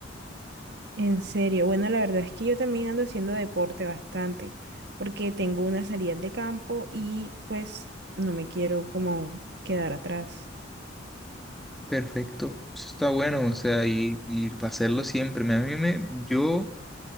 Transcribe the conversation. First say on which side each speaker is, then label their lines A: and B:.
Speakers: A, on the right; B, in the centre.
A: En serio. Bueno, la verdad es que yo también ando haciendo deporte bastante, porque tengo una salida de campo y pues no me quiero como quedar atrás.
B: Perfecto. eso Está bueno, o sea, y, y para hacerlo siempre. Me- A mí me, yo